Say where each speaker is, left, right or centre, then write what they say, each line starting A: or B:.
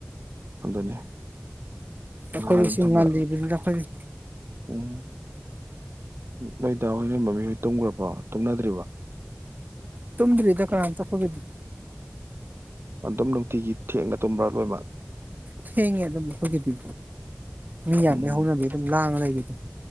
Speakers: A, on the right; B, on the right.
A: ꯑꯗꯨꯅꯤ
B: ꯑꯩꯈꯣꯏꯗꯤꯁꯤ
A: ꯉꯍꯥ ꯑꯗꯨꯝ ꯊꯝꯅ
B: ꯉꯜꯂꯤꯕꯅꯤꯅ ꯑꯩꯈꯣꯏ
A: ꯎꯝ ꯅꯣꯏꯗ ꯍꯣꯏꯅ ꯃꯃꯤꯍꯣꯏ ꯇꯨꯝꯈ꯭ꯔꯕꯣ ꯇꯨꯝꯅꯗ꯭ꯔꯤꯕ
B: ꯇꯨꯝꯗ꯭ꯔꯤ ꯗ ꯀꯅꯥ ꯑ ꯇꯣꯗꯔꯤ
A: ꯃꯗꯨꯝ ꯅꯨꯡꯇꯤꯒꯤ ꯊꯦꯡꯅ ꯇꯨꯝꯕ꯭ꯔꯥ ꯂꯣꯏꯅꯃꯛ
B: ꯊꯦꯡꯉꯦ ꯑꯗꯨꯝ ꯑꯩꯈꯣꯏꯒꯤꯗꯤ ꯃꯤ ꯌꯥꯝꯕꯩ
A: ꯎꯝ
B: ꯍꯧꯅꯕꯤ ꯑꯗꯨꯝ ꯂꯥꯡꯉ ꯂꯩꯔꯤ ꯑꯗꯨꯝ